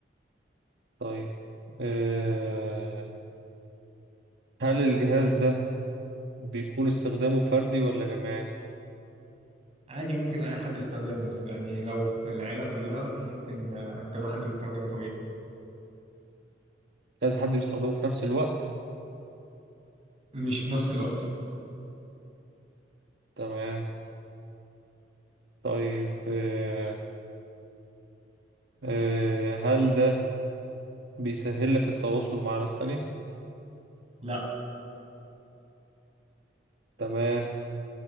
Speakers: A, on the right; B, on the right.
A: طيب أه هل الجهاز ده بيكون استخدامه فردي ولا جماعي؟
B: عادي ممكن أي حد يستخدمه يعني لو في العيلة كلها ممكن آه، كذا حد يستخدمه طبيعي
A: لازم حد بيستخدمه في نفس الوقت؟
B: مش في نفس الوقت
A: تمام طيب أه أه هل ده بيسهل لك التواصل مع ناس تانية؟
B: لا
A: تمام